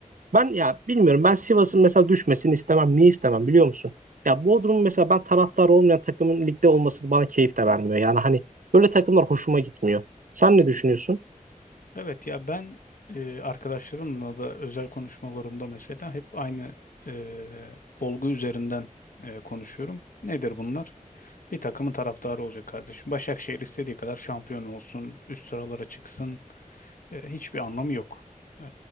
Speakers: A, on the right; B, on the left.
A: ben ya bilmiyorum. Ben Sivas'ın mesela düşmesini istemem. Niye istemem biliyor musun? Ya Bodrum'un mesela ben taraftar olmayan takımın ligde olması bana keyif de vermiyor. Yani hani böyle takımlar hoşuma gitmiyor. Sen ne düşünüyorsun?
B: Evet ya ben e, arkadaşlarımla da özel konuşmalarımda mesela hep aynı e, olgu üzerinden e, konuşuyorum. Nedir bunlar? Bir takımın taraftarı olacak kardeşim. Başakşehir istediği kadar şampiyon olsun, üst sıralara çıksın. E, hiçbir anlamı yok e,